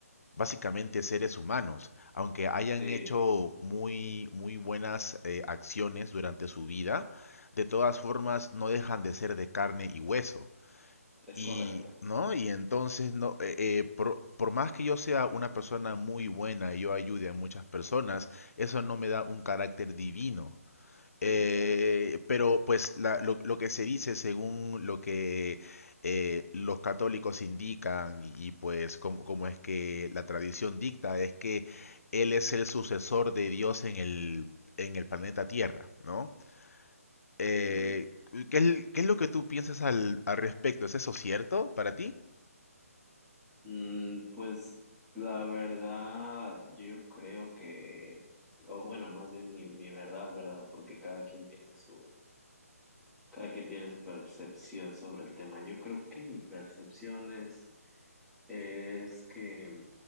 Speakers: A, on the left (about 65°); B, in the centre.
A: básicamente seres humanos, aunque hayan
B: sí,
A: hecho muy, muy buenas eh, acciones durante su vida, de todas formas no dejan de ser de carne y hueso.
B: es
A: Y,
B: correcto.
A: ¿no? Y entonces, no, eh, eh, por, por más que yo sea una persona muy buena y yo ayude a muchas personas, eso no me da un carácter divino. Eh,
B: Exacto.
A: pero pues la- lo, lo que se dice según lo que eh, los católicos indican y, y, pues como, como es que la tradición dicta es que él es el sucesor de Dios en el, en el planeta Tierra, ¿no? Eh,
B: Mm,
A: ¿qué es, qué es lo que tú piensas al, al respecto? ¿Es eso cierto para ti?
B: mm, pues la verdad, yo creo que, o bueno, más bien mi, mi verdad, ¿verdad? Porque cada quien tiene su, cada quien tiene su percepción sobre el tema. Yo creo que mi percepción es, es que